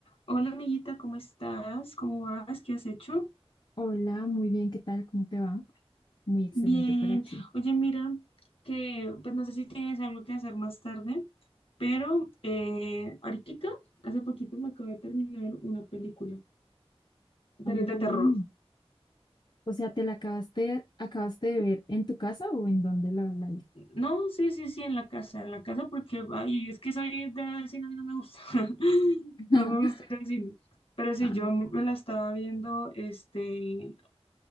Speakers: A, on the left; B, on the left.
A: Hola amiguita, ¿cómo estás? ¿Cómo vas? ¿Qué has hecho?
B: Hola, muy bien, ¿qué tal? ¿Cómo te va? Muy excelente
A: Bien.
B: por aquí.
A: Oye, mira, que pues no sé si tienes algo que hacer más tarde, pero eh, ahorita, hace poquito me acabo de terminar una película,
B: Ah,
A: pero
B: bueno
A: es de terror.
B: O sea, ¿te la acabaste, acabaste de ver en tu casa o en dónde la, la viste?
A: No, sí, sí, sí, en la casa, en la casa porque, ay, es que soy de cine, a mí no me gusta, <laughs>
B: <laughs>
A: no me gusta ir al cine. Pero sí,
B: Ah,
A: yo me la estaba viendo, este,